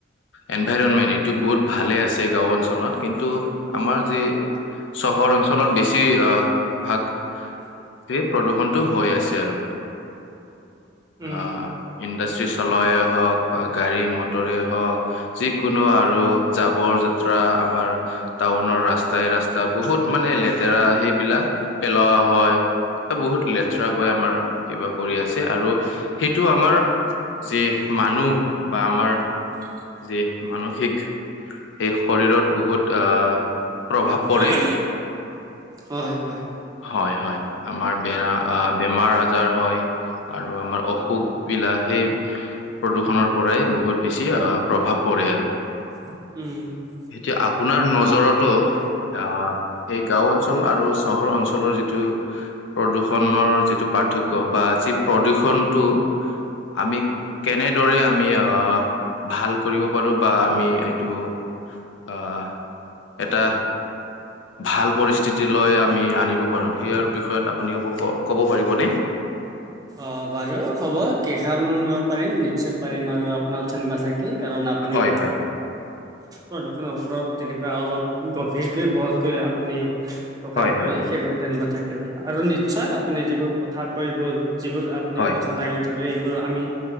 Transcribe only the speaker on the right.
উম
উ
উম হয় হয়
উম
অ বাৰু হ'ব কেইষাৰমান পাৰিম নিশ্চয় পাৰিম আৰু আপোনাৰ ধন্যবাদ থাকিল কাৰণ আপুনি
প্ৰদূষণৰ ওপৰত তেনেকুৱা অলপ গভীৰকৈ বহলকৈ আপুনি প্ৰকাশ
কৰিলে
সেইবাবে ধন্যবাদ থাকিল আৰু নিশ্চয় আপুনি যিবোৰ কথা কৈ গ'ল <unintelligible> আপুনি
কথা দাঙি ধৰিলে এইবোৰ আমি